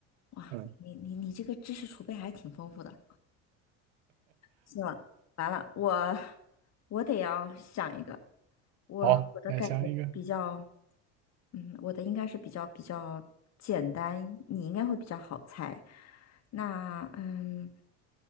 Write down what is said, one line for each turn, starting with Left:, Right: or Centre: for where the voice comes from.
Left: 哇，
Right: 嗯，
Left: 你你你这个知识储备还挺丰富的。行了，完了，我我得要想一个，我我的感觉比较，
Right: 好，来想一个，
Left: 嗯，我的应该是比较比较简单，你应该会比较好猜。那嗯，